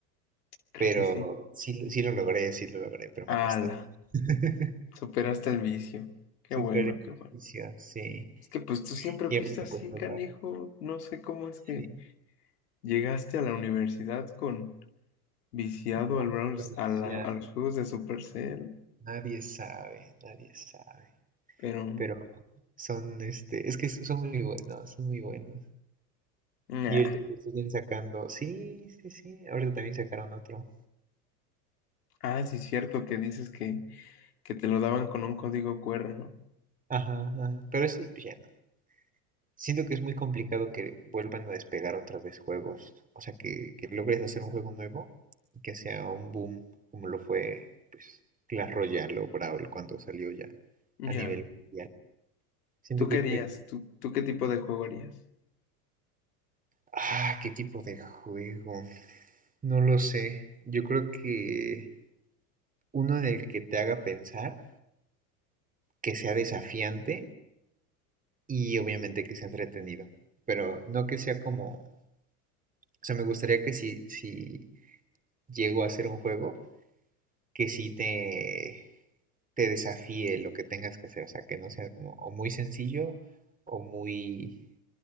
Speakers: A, on the left; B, on the right.
A: creo
B: Pero
A: que sí.
B: sí, sí lo logré, sí lo logré, pero me
A: Ala,
B: costó. <laughs>
A: superaste el vicio. Qué
B: Súper
A: bueno,
B: difícil,
A: qué bueno.
B: sí.
A: Es que pues tú siempre
B: Y
A: fuiste
B: em-
A: así,
B: pues no
A: canijo.
B: sabes,
A: No sé cómo es que
B: sí.
A: llegaste a la universidad con viciado
B: Oclusión,
A: al Brawl, a, la- a los juegos de Supercell,
B: Nadie sabe, nadie sabe.
A: pero...
B: Pero son, este, es que son muy buenos, son muy buenos.
A: nah.
B: Y ahorita justo siguen sacando. Sí, sí, sí. Ahorita también sacaron otro.
A: Ah, sí, es cierto que dices que, que te lo daban con un código QR, ¿no?
B: Ajá, ajá. Pero sí, pues ya no. Siento que es muy complicado que vuelvan a despegar otra vez juegos. O sea, que, que logres hacer un juego nuevo y que sea un boom como lo fue, pues, Clash Royale o Brawl cuando salió ya
A: Ya.
B: a nivel mundial. Siento
A: ¿Tú
B: que
A: qué
B: es
A: harías?
B: muy...
A: ¿Tú, tú qué tipo de juego harías?
B: Ah, ¿qué tipo de juego? No lo sé. Yo creo que uno en el que te haga pensar, que sea desafiante y obviamente que sea entretenido, pero no que sea como, o sea, me gustaría que si, si llego a hacer un juego, que sí te, te desafíe lo que tengas que hacer, o sea, que no sea como o muy sencillo o muy